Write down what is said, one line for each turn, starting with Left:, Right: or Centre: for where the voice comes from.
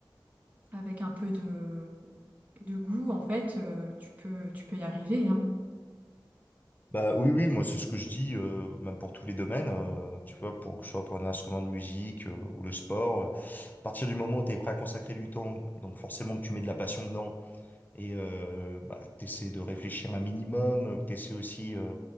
Right: avec un peu de de goût en fait, euh, tu peux tu peux y arriver, hein.
Left: Bah oui, oui, moi c'est ce que je dis, euh, même pour tous les domaines, euh, tu vois, pour que ce soit pour un instrument de musique euh, ou le sport. euh, à partir du moment où tu es prêt à consacrer du temps, donc forcément que tu mets de la passion dedans et euh, bah, que t'essaies de réfléchir un minimum, euh, que t'essaies aussi euh,